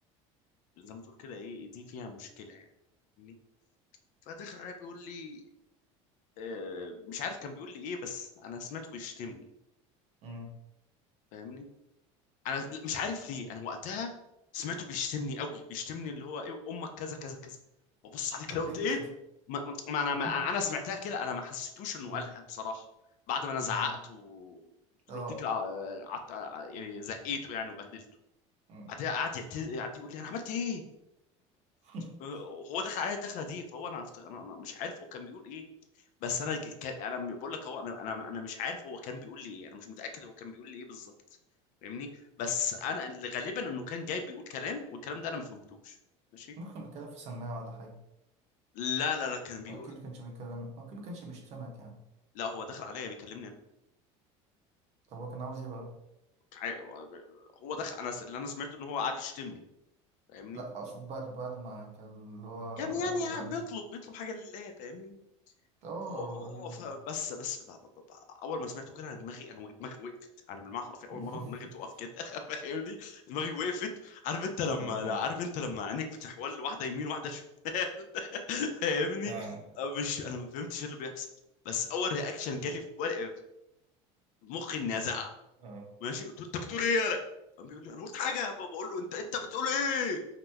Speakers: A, on the left (about 60°); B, on the right (about 50°).
A: زي ما تقول كده ايه دي فيها مشكله يعني فاهمني؟ فدخل عليا بيقول لي آه، مش عارف كان بيقول لي ايه بس انا سمعته بيشتمني
B: امم
A: فاهمني انا مش عارف ليه انا وقتها سمعته بيشتمني قوي بيشتمني اللي هو ايه امك كذا كذا كذا ببص عليه كده
B: طب
A: قلت
B: ليه
A: ايه
B: كده
A: ما, ما انا
B: <laughs>
A: ما انا سمعتها كده انا ما حسيتوش انه
B: امم
A: قالها بصراحه بعد ما انا زعقت
B: امم
A: وقلت
B: اه
A: له اتكل على- قعدت يعني زقيته يعني وبهدلته
B: امم
A: بعدها قعد يعت- قعد يقول لي انا عملت ايه
B: <laughs>
A: أه، هو دخل عليا الدخله دي فهو انا هفتكر انا أنا مش عارف هو كان بيقول ايه بس انا ج- كان انا بقول لك هو انا انا انا مش عارف هو كان بيقول لي ايه انا مش متاكد هو كان بيقول لي ايه بالظبط فاهمني بس انا اللي غالبا انه كان جاي بيقول كلام والكلام ده انا ما فهمتوش ماشي
B: ممكن بتكلم في سماعه ولا حاجه
A: لا لا لا كان بيقول
B: هو أكيد كانش بيكلمك هو أكيد كانش بيشتمك يعني
A: لا هو دخل عليا بيكلمني انا
B: طب هو كان عاوز إيه بقى؟
A: ع- هو دخل انا س- اللي انا سمعته ان هو قاعد يشتمني فاهمني
B: لأ أقصد بعد بعد ما كان اللي هو
A: كان يعني
B: قالك
A: قاعد
B: لأ أنا.
A: بيطلب بيطلب حاجه لله فاهمني
B: آه
A: اوف
B: راجل
A: بس بس ب- ب- ب- اول ما سمعته كده انا دماغي انا دماغي وقفت انا بالمعنى حرفي اول
B: <laughs>
A: مره دماغي تقف كده <laughs> فاهمني دماغي وقفت عارف انت لما
B: اه فاهم
A: لا عارف انت لما عينك بتحول واحده يمين واحده شمال <laughs> فاهمني
B: فاهمك
A: مش انا ما فهمتش إيه اللي بيحصل بس اول رياكشن جالي في بال- في مخي اني
B: شوف
A: ازعق
B: اه
A: ماشي قلت له انت بتقول ايه يالا قام بيقول لي انا قلت حاجه فبقول له انت انت بتقول ايه